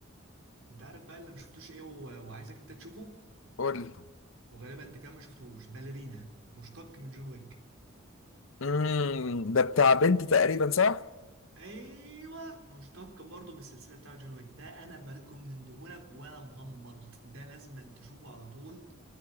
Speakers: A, on the right (about 75°); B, on the left (about 65°).
A: انت عارف بقى اللي ما شفتوش ايه و... وعايزك انت تشوفه
B: قول لي
A: وغالبا انت كمان ما شفتوش باليرينا مشتق من جون ويك
B: امم ده بتاع بنت تقريبا صح؟
A: ايوه مشتق برضه من السلسله بتاعت جون ويك ده انا بركم من دهولك وانا مغمض ده لازم تشوفه على طول